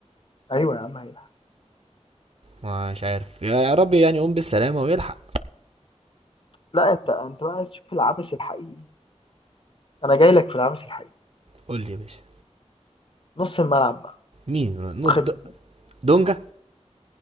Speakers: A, on the left; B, on the right.
A: ايوه يا عم هيلحق
B: مش عارف يا يا رب يعني يقوم بالسلامة ويلحق
A: لا انت انت بقى عايز تشوف العبث الحقيقي انا جاي لك في العبث الحقيقي
B: قول لي يا باشا
A: نص الملعب بقى
B: مين نو-
A: واخد
B: د- دونجا